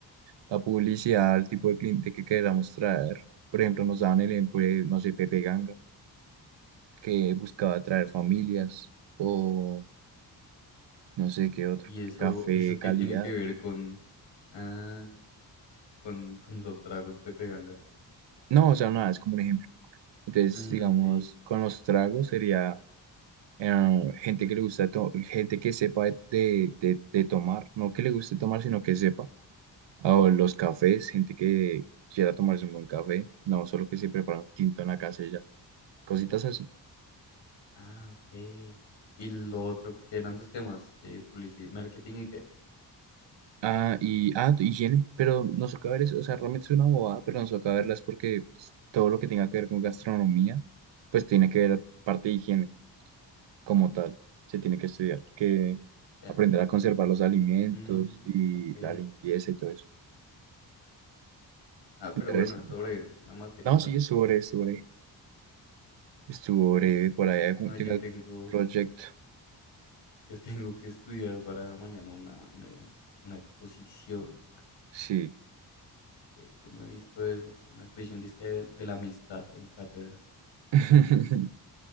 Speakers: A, on the right; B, on the left.
A: la publicidad al tipo de cliente que queramos traer. Por ejemplo, nos daban el ejemplo de, no sé, Pepe Ganga, que buscaba atraer familias o no sé qué otro,
B: Y eso,
A: café,
B: <laughs> eso qué
A: calidad.
B: tiene que ver con, ah, con, con los tragos Pepe Ganga.
A: No, o sea, nada, es como un ejemplo. Entonces,
B: Mm,
A: digamos,
B: ok.
A: con los tragos sería eh, gente que le gusta, to- gente que sepa de, de- de- de tomar, no que le guste tomar, sino que sepa. O los cafés, gente que quiera tomarse un buen café, no solo que se prepara un tinto en la casa y ya, cositas así.
B: Ah, ok. Y lo otro, porque eran dos temas, eh, publicidad, marketing y qué.
A: Ah, y, ah, higiene, pero nos toca ver eso, o sea, realmente es una bobada, pero nos toca verlas porque pues, todo lo que tenga que ver con gastronomía, pues tiene que ver parte de higiene. como tal, se tiene que estudiar, que
B: O sea,
A: aprender a conservar los alimentos
B: mm,
A: y
B: ok.
A: la limpieza y todo eso.
B: Ah,
A: ¿De
B: pero
A: resto?
B: bueno, es
A: No.
B: sobre una materia
A: No,
B: fácil.
A: sí, estuvo breve, estuvo breve. Estuvo
B: Bien.
A: breve, por ahí algún,
B: No,
A: tengo
B: yo
A: algún
B: tengo,
A: proyecto.
B: yo tengo que estudiar para mañana una, una, una exposición.
A: Sí.
B: De hecho, no he visto eso. Una expresión disque de, de la amistad en cátedra.
A: <laughs>